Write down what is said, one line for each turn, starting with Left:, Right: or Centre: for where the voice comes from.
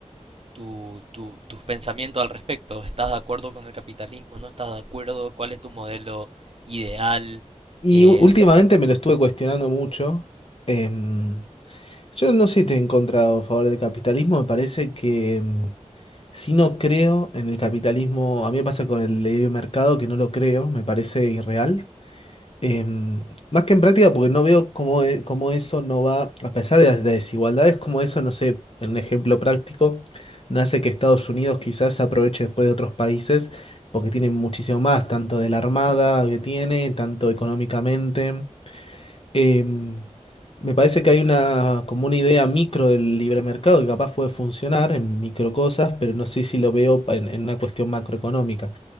Right: tu- tu- tus pensamientos al respecto. ¿Estás de acuerdo con el capitalismo? ¿No estás de acuerdo? ¿Cuál es tu modelo ideal?
Left: y
Right: Em,
Left: u- últimamente me lo estuve cuestionando mucho. em, Yo no sé si estoy en contra o a favor del capitalismo, me parece que mm, si no creo en el capitalismo, a mí me pasa con el libre mercado que no lo creo, me parece irreal. Em, más que en práctica, porque no veo cómo, e- cómo eso no va, a pesar de las desigualdades, cómo eso, no sé, en un ejemplo práctico, no hace que Estados Unidos quizás se aproveche después de otros países, porque tienen muchísimo más, tanto de la armada que tiene, tanto económicamente. Eh, me parece que hay una, como una idea micro del libre mercado que capaz puede funcionar en micro cosas, pero no sé si lo veo pa- en, en una cuestión macroeconómica.